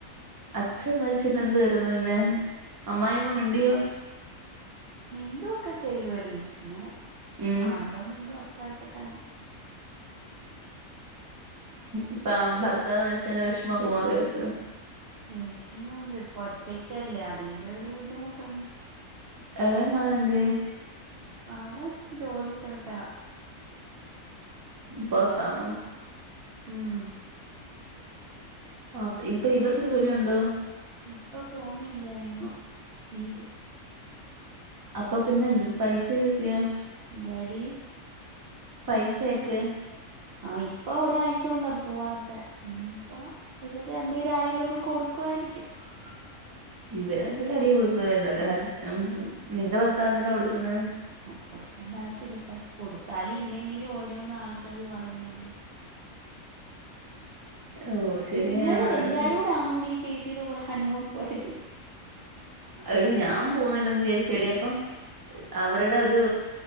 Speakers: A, on the right; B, on the right.
A: അച്ഛൻ മരിച്ചിത് എന്തു വരുന്നു പിന്നെ അമ്മായിമ്മ മിണ്ടിയോ
B: മിണ്ടുവ ഒക്കെ ചെയ്യുവടി പിന്നെ
A: ഉം
B: കാണുമ്പോ മിണ്ടു അത്ര ഒക്കെ തന്നെ
A: ഇപ്പ ഭർത്താവ് മരിച്ചേന്റ വിഷമമൊക്കെ മാറിയൊ അവർക്ക്
B: വിഷമം ഉണ്ട് ഇപ്പ ഒറ്റക്കല്ലേ അതിന്റെ ഒരു ബുദ്ധിമുട്ടുണ്ട്
A: എളേ മകനെന്തേ
B: അവൻ ജോലി സ്ഥലത്താ
A: പൊറത്താന്നോ
B: ഉം
A: ആഹ് ഇപ്പൊ ഇവർക്ക് ജോലിയുണ്ടോ
B: ഇപ്പൊ പോന്നില്ലേഎങ്ങും നീ
A: അപ്പൊ പിന്നെ പൈസയുവൊക്കെയോ
B: യെടി
A: പൈസയൊക്കെ
B: ആഹ് ഇപ്പൊ ഒരാഴ്ച കൊണ്ടാ പോവാത്തെ ഇനിയിപ്പോ ഇവര് രണ്ടുപേര് ആരേലുവൊക്കെ കൊടുക്കുവായിരിക്കും
A: ഉ ഇവരെ ന്ത്‌ട്ടാടി കൊടുക്കുക വല്ലാതെ നിന്റെ ഭർത്താവെന്തിനാ കൊടുക്ക്ന്നേ
B: ആ കൊടുക്കണ്ട ആവശ്യല്ല പ്പ കൊടുത്താലു ല്ലെങ്കിലും ഓരോന്ന് ആൾക്കാര് പറയുവ
A: ഓഹ് ശരിയാണ്
B: നിങ്ങള് എല്ലാരൂടാന്നോടി
A: അത് ശ
B: ചേച്ചീടെ കൂടെ ഹണിമൂൺ പോയത്
A: എടി ഞാൻ പോന്നില്ലന്ന് വിചാരിച്ചടി അപ്പം അവരുടെ ഒരു